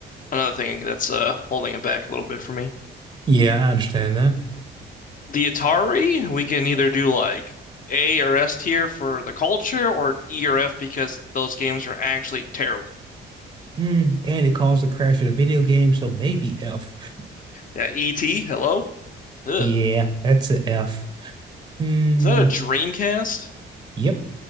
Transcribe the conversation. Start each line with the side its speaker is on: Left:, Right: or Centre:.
Left: Another thing that's uh holding it back a little bit for me.
Right: Yeah, I understand that.
Left: The Atari, we can either do like A or S tier for the culture or E or F because those games are actually terrible.
Right: Mm. And it caused the crash of the video game, so maybe F. <laughs>
Left: Yeah, E.T., hello? Ugh.
Right: Yeah, that's a F. Hmm.
Left: Is that a Dreamcast?
Right: Yep.